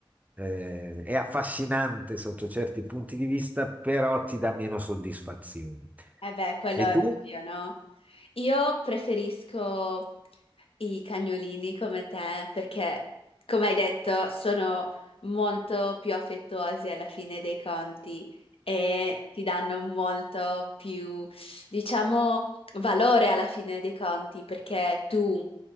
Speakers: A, on the right (about 15°); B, on the left (about 85°).
A: eh, è affascinante sotto certi punti di vista, però ti dà meno soddisfazione.
B: eh beh, quello
A: E
B: è
A: tu?
B: ovvio, no? Io preferisco i cagnolini come te perché, come hai detto, sono molto più affettuosi alla fine dei conti e ti danno molto più, diciamo, valore alla fine dei conti perché tu